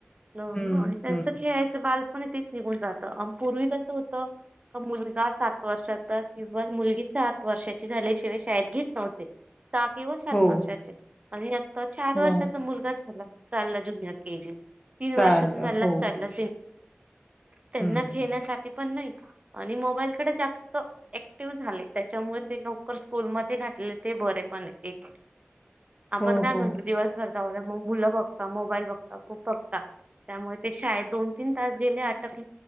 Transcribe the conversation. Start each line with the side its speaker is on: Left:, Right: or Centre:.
Right: आणि
Left: हं,
Right: त्यांच
Left: हं.
Right: खेळायचं बाल पण तेच निघून जातं पूर्वी कस होतं मुलगा सात वर्षाचा किंवा मुलगी सात वर्षाची झाल्या शिवाय शाळेत घेत नव्हते. केवळ सात
Left: हो,
Right: वर्षाचे आणि आता चार
Left: हो.
Right: वर्षाचा मुलगाच झाला चालला ज्युनियर के जी तीन
Left: चाल
Right: वर्षाचा झाला
Left: हो
Right: चालला त्यांना
Left: हं.
Right: खेळण्यासाठी पण नाही आणि मोबाईलकडे जास्त ऍक्टिव्ह झाले त्याच्यामुळे ते लवकर स्कूलमध्ये टाकतात. ते बरे पण एक आपण
Left: हो,
Right: काय
Left: हो.
Right: म्हणतो दिवसभर जाऊद्या मुलं बघता मोबाईल बघता खूप बघता त्यामुळे ते शाळेत दोन तीन तास गेले अटक